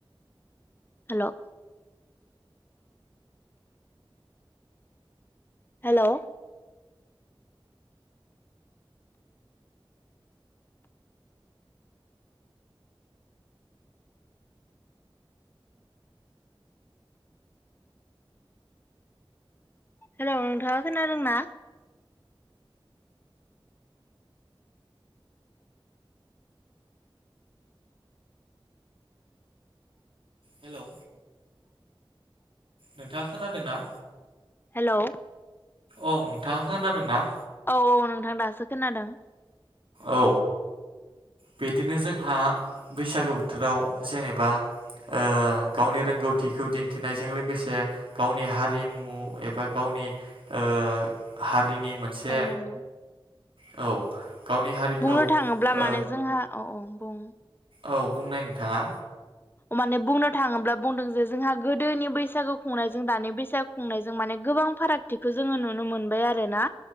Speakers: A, on the left; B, on the right.
A: हेलौ। हेलौ। हेलौ नोंथाङा खोनादों ना?
B: हेलौ। नोंथाङा खोनादों ना?
A: हेलौ।
B: औ नोंथाङा खोनादोंना?
A: औ औ नोंथां दासो खोनादों।
B: औ बिदिनो जोंहा बैसागो बोथोराव जेनेबा ओ गावनि रोंगौथिखौ दिन्थिनायजों लोगोसे गावनि हारिमु एबा गावनि ओ हारिनि मोनसे
A: औ नंगौ।
B: औ। गावनि हारिखौ
A: बुंनो थाङोब्ला
B: ओ
A: माने जोंहा औ औ। बुं।
B: औ बुंनाय नोंथाङा।
A: माने बुंनो थाङोब्ला बुंदों जे जोंहा गोदोनि बैसागु खुंनायजों दानि बैसागु खुंनायजों माने गोबां फारागथिखौ जोङो नुनो मोनबाय आरो ना।